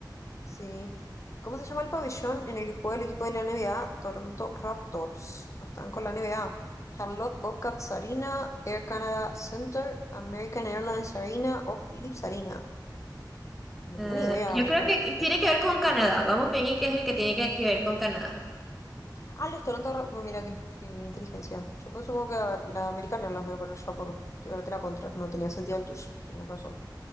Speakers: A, on the left; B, in the centre.
A: Sí. ¿Cómo se llama el pabellón en el que juega el equipo de la NBA? Toronto Raptors. Están con la NBA. Charlotte Bobcats Arena, Air Canada Center, American Airlines Arena o Philips Arena. No
B: Eh,
A: tengo ni idea,
B: yo creo
A: supongo
B: que
A: que será.
B: tiene que ver con Canadá. Vamos a fingir que es el que tiene que, que ver con Canadá.
A: Ah, los Toronto Raptors, mira qué, qué inteligencia. Yo pues, supongo que, a ver, la americana los voy a poner yo por tirarte la contra. No tenía sentido el tuyo, tenías razón.